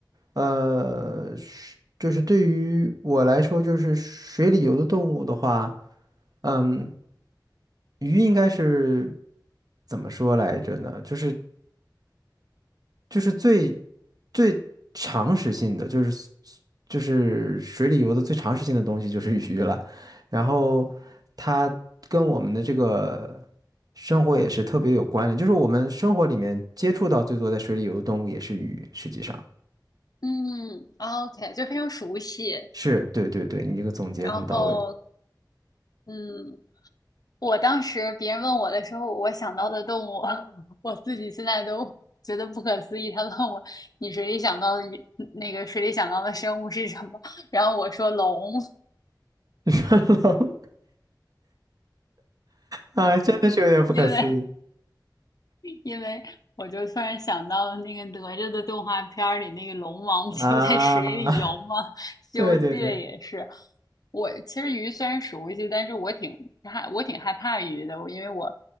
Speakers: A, on the right; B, on the left.
A: 呃，是就是对于我来说，就是水里游的动物的话，嗯，鱼应该是怎么说来着呢？就是。就是最最常识性的，就是就是水里游的最常识性的东西就是鱼了。然后它跟我们的这个生活也是特别有关联，就是我们生活里面接触到最多在水里游的动物也是鱼，实际上
B: 嗯，OK，就非常熟悉，
A: 是对对对，你这个总结很到位。
B: 然后嗯，我当时别人问我的时候，我想到的动物，<laughs> 我自己现在都觉得不可思议。他问我，你水里想到的鱼那个水里想到的生物是什么？然后我说龙，
A: <laughs> 人龙啊，真的是有点不可思议
B: 因为因为我就突然想到了那个哪吒的动画片儿里，那个龙王不就在水里游吗？
A: 啊！<laughs>
B: <laughs>《西游记》也是。
A: 对对对
B: 我其实鱼虽然熟悉，但是我挺害我挺害怕鱼的，我因为我